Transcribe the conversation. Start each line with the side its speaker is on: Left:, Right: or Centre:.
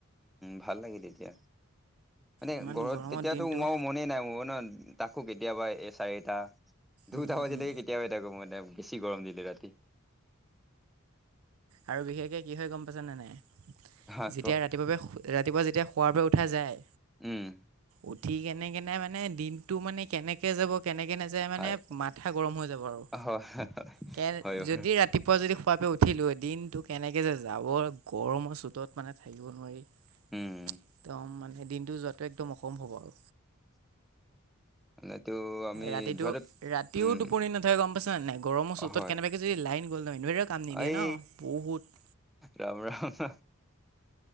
Centre: ভাল লাগে তেতিয়া মানে
Right: ইমান
Centre: ঘৰত
Right: গৰমৰ
Centre: তেতিয়াতো
Right: দিনটো
Centre: সোমাব মনেই নাই মোৰ ন। তাকো কেতিয়াবা এই চাৰিটা দুটা
Right: উম
Centre: বজালৈকে
Right: উম
Centre: থাকো কেতিয়াবা এ বেছি গৰম দিলে ৰাতি।
Right: আৰু বিশেষকে কি হয় গম পাইছা নে নাই।
Centre: হা
Right: যেতিয়া
Centre: ক
Right: ৰাতিপুৱা ৰাতিপুৱা যেতিয়া শোৱাৰ পৰা উঠা যায়।
Centre: উম
Right: উঠি কেনে কেনে মানে দিন টো মানে কেনেকে যাব কেনেকে নাযায় মানে
Centre: হয়
Right: মাথা গৰম হৈ যাব আৰু
Centre: হয়
Right: কে-
Centre: হয় বাৰু
Right: যদি ৰাতিপুৱা যদি শোৱাৰ পৰা যে উঠিলো দিনটো কেনেকে যে যাব গৰমৰ চোতত মানে থাকিব নোৱাৰি। একদম
Centre: উম
Right: মানে দিনটো যোৱাতো একদম অসম্ভৱ আৰু
Centre: এনেতো আমি
Right: ৰাতিটো
Centre: যোৱাটো
Right: ৰাতিও
Centre: উম
Right: টোপনি নধৰে গম পাইছা নে নাই গৰমৰ চোতত
Centre: হয়
Right: তে যদি লাইন গ'ল নহয় ইনভাৰ্টাৰেও, কাম নিদিয়ে
Centre: এই
Right: ন বহুত
Centre: ৰাম -ৰাম